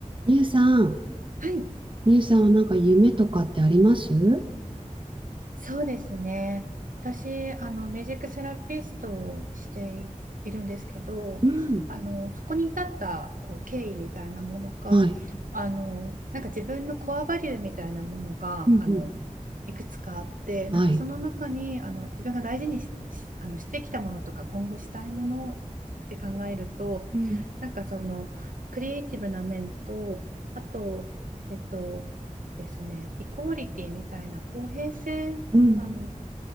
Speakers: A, on the right; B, on the right.
A: みゆさん、
B: はい。
A: みゆさんはなんか夢とかってあります
B: そうですね。私、あの、ミュージックセラピストをしているんですけど、
A: うん。
B: あの、そこに至った、こう、経緯みたいなものが、
A: はい。
B: あの、なんか自分のコアバリューみたいなものが、
A: うんうん。
B: あの、いくつかあって、
A: はい。
B: なんかその中に、あの、自分が大事にし、しあの、してきたものとか、今後したいものって考えると、
A: うん。
B: なんかその、クリエイティブな面と、あと、えっと、ですね、イコーリティみたいな公平性あの、
A: うん。
B: っ